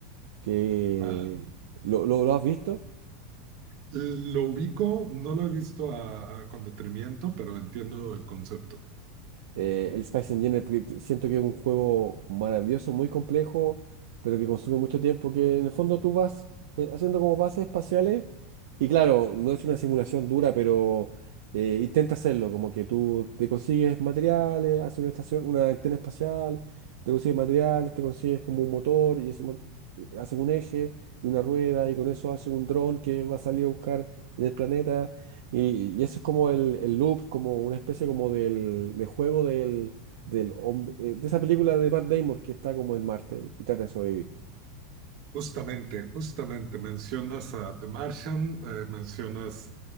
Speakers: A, on the right; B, on the right.
A: que
B: Ah,
A: lo, lo- lo has visto.
B: Lo ubico, no lo he visto a- a- con detenimiento, pero entiendo el concepto.
A: Eh, el Space Engineer porque que- siento que es un juego maravilloso, muy complejo, pero que consume mucho tiempo, que en el fondo tú vas eh, haciendo como bases espaciales y claro, no es una simulación dura, pero eh, intenta hacerlo, como que tú te consigues materiales, haces una estación, una antena espacial, te consigues materiales, te consigues como un motor y ese mo- y hacen un eje y una rueda y con eso hacen un dron que va a salir a buscar en el planeta y, y eso es como el, el loop, como una especie como del, de juego del, del hombre, eh, de esa película de Matt Damon que está como en Marte y trata de sobrevivir.
B: Justamente, justamente mencionas a The Martian, eh, mencionas